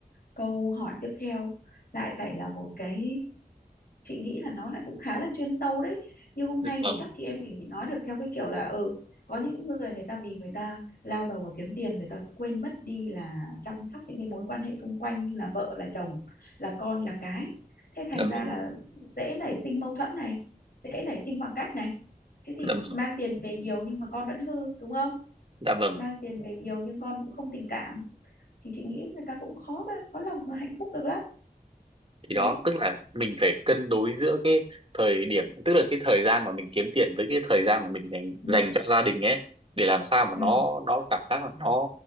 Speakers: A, on the left; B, on the right.
A: câu hỏi tiếp theo lại phải là một cái chị nghĩ là nó lại cũng khá là chuyên sâu đấy như hôm
B: dạ
A: nay
B: vâng
A: thì chắc chị em mình thì nói được theo cái kiểu là ừ có những người người ta vì người ta lao đầu vào kiếm tiền người ta quên mất đi là chăm sóc những cái mối quan hệ xung quanh như là vợ là chồng là con là cái thế thành
B: dạ
A: ra
B: vâng
A: là dễ nảy sinh mâu thuẫn này dễ nảy sinh khoảng cách này thế thì
B: dạ vâng
A: mang tiền về nhiều nhưng mà con vẫn hư đúng không
B: dạ vâng
A: mang tiền về nhiều nhưng con cũng không tình cảm thì chị nghĩ người ta cũng khó mà khó lòng mà hạnh phúc được lắm
B: thì
A: đấy
B: đó tức là mình phải cân đối giữa cái thời điểm tức là cái thời gian mà mình kiếm tiền với cái thời gian mà mình dành
A: ừ
B: dành cho gia đình ấy để làm sao mà
A: ừ
B: nó nó cảm giác là nó